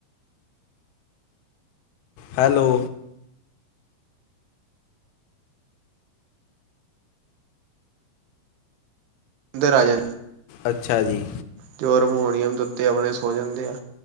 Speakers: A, on the left; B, on the right.
A: ਹੈਲੋ।
B: ਅੰਦਰ ਆ ਜਾਣ।
A: ਅੱਛਾ ਜੀ।
B: ਤੇ ਉਹ ਹਰਮੋਨੀਅਮ ਦੇ ਉੱਤੇ ਆਪਣੇ ਸੋ ਜਾਂਦੇ ਆ।